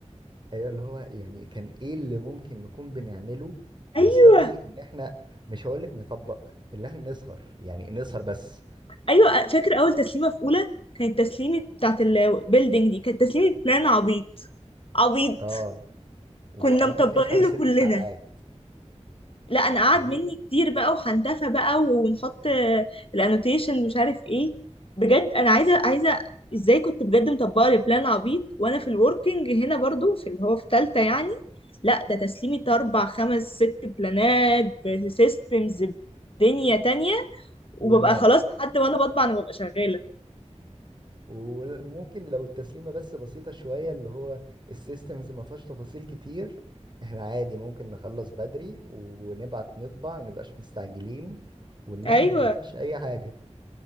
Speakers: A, on the right; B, on the left.
A: ايوه اللي هو يعني كان ايه اللي ممكن نكون بنعمله
B: <laughs>
A: يستدعي ان احنا مش هقولك نطبق اللي احنا نسهر يعني نسهر بس
B: ايوه فاكر اول تسليمه في اولى كانت تسليمه بتاعت البيلدينج دي كانت تسليمه بلان عبيط عبيط
A: اه وقعدنا
B: كنا مطبقين
A: فيها خمس
B: له
A: ست
B: كلنا
A: ساعات
B: لا انا قعد
A: اللي هو
B: مني كتير بقى وحنتفى بقى ونحط الانوتيشنز مش عارف ايه بجد انا عايزه عايزه ازاي كنت بجد مطبقه لبلان عبيط وانا في الوركينج هنا برضو في اللي هو في تالتة يعني لا ده تسليمي اربع خمس ست بلانات بسيستمز بدنيا تانية وببقى
A: وننام
B: خلاص لحد وانا بطبع انا ببقى شغاله
A: وممكن لو التسليمة بس بسيطة شوية اللي هو السيستمز ما فيهاش تفاصيل كتير احنا عادي ممكن نخلص بدري ونبعت نطبع ما نبقاش مستعجلين وننام
B: ايوه
A: ما فيهاش أي حاجة